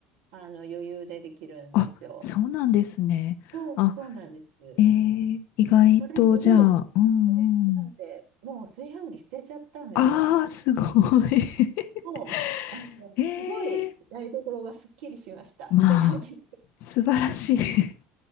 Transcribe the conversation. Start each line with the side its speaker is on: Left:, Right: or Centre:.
Right: あの、余裕でできるんですよ。
Left: あ、あ、そうなんですね。
Right: そう、
Left: あ、
Right: そうなんです。
Left: ええ、意外と、
Right: もうそれすごいおすすめで、
Left: じゃあ、うん、う
Right: なんで、
Left: ん。
Right: もう炊飯器捨てちゃったんですよ。
Left: ああ、すごい。<laughs>
Right: もう、あの、
Left: ええ
Right: すごい台所がすっきりしました。
Left: まあ、
Right: 炊飯器。
Left: 素晴らしい